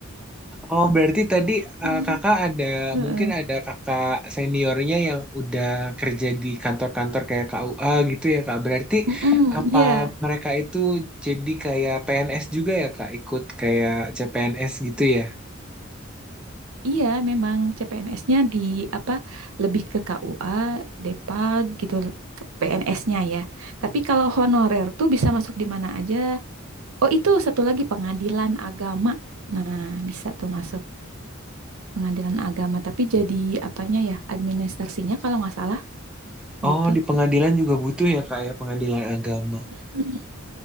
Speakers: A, in the centre; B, on the right.
A: Oh, berarti tadi
B: Hmm,
A: eh, kakak ada,
B: Heeh.
A: mungkin ada kakak seniornya yang udah kerja di kantor-kantor kayak KUA gitu ya, Kak. Berarti
B: Mm-mm,
A: apa
B: Iya,
A: mereka itu jadi kayak PNS juga ya, Kak? Ikut kayak CPNS gitu ya?
B: iya memang CPNS-nya di apa lebih ke KUA, Depag gitu ke PNS-nya ya. Tapi kalau honorer tuh bisa masuk di mana aja. Oh, itu satu lagi pengadilan agama. Nah, bisa tuh masuk. pengadilan agama, tapi jadi apanya ya, administrasinya kalau nggak salah gitu.
A: Oh, di pengadilan juga butuh ya, Kak, ya, pengadilan agama.
B: Hmm.